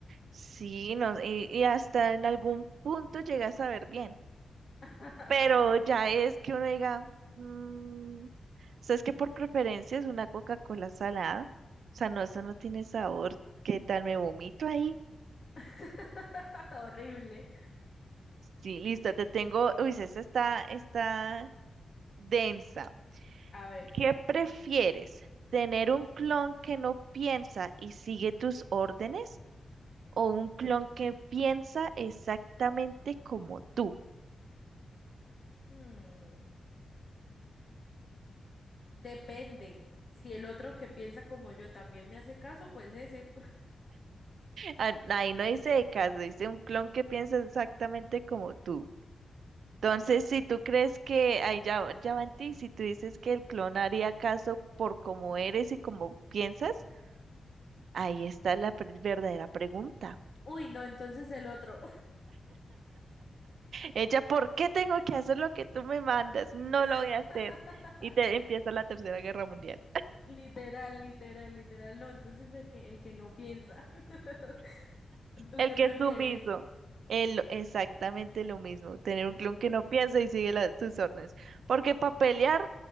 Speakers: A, on the right; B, on the left.
A: Sí, no, y, y hasta en algún punto llega a saber bien.
B: <laughs>
A: Pero ya es que uno diga, "Mm, o sea, es que por preferencia es una Coca-Cola salada. O sea, no, eso no tiene sabor. ¿Qué tal? ¿Me vomito ahí?
B: <laughs> Horrible.
A: Sí, listo, te tengo. Uy, esa está, está densa.
B: A ver,
A: ¿Qué prefieres? ¿Tener un clon que no piensa y sigue tus órdenes? ¿O un clon que piensa exactamente como tú?
B: hmm, depende. Si el otro que piensa como yo también me hace caso, pues ese.
A: Ah, Ahí no dice de caso, dice un clon que piensa exactamente como tú. Entonces, si tú crees que ahí ya, ya va en ti, si tú dices que el clon haría caso por cómo eres y cómo piensas, ahí está la pre- verdadera pregunta.
B: <laughs> Uy, no, entonces el otro.
A: Ella, ¿por qué tengo que hacer lo que tú me mandas? No lo voy
B: <laughs>
A: a hacer. Y te empieza la Tercera Guerra Mundial.
B: Literal, literal, literal. No, entonces el que, el que no piensa. <laughs> ¿Tú
A: El
B: qué
A: que
B: prefieres?
A: es sumiso. El, exactamente lo mismo. Tener un clon que no piensa y sigue las, sus órdenes. Porque para pelear